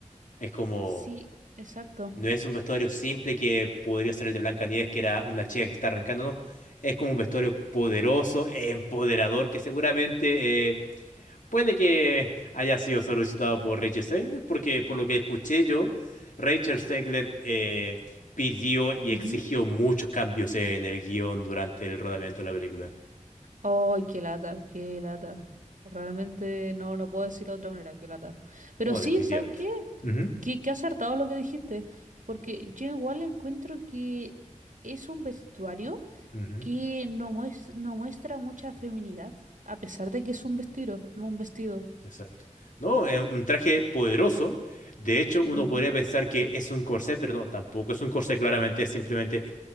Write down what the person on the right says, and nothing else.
Sí, exacto.
Ujú.
Ay, qué lata, qué lata. Realmente no, no puedo decirlo de otra manera, qué lata. Pero
sí,
¿sabes qué?
Que, que acertado lo que dijiste. Porque yo igual encuentro que es un vestuario
que no, mues- no muestra mucha feminidad. A pesar de que es un vestido, un vestido.
Ujú.